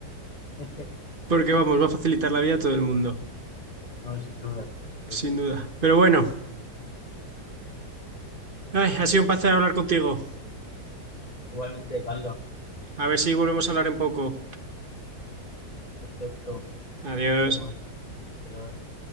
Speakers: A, on the left (about 25°); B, on the right (about 35°).
A: <laughs>
B: <laughs> Porque vamos, va a facilitar la vida a todo el mundo,
A: No, sin duda, sin duda.
B: sin duda. Pero bueno, ay, ha sido un placer hablar contigo.
A: Igualmente, Carlos,
B: A ver si volvemos a hablar en poco.
A: perfecto.
B: Adiós.
A: Nos vemos. Adiós.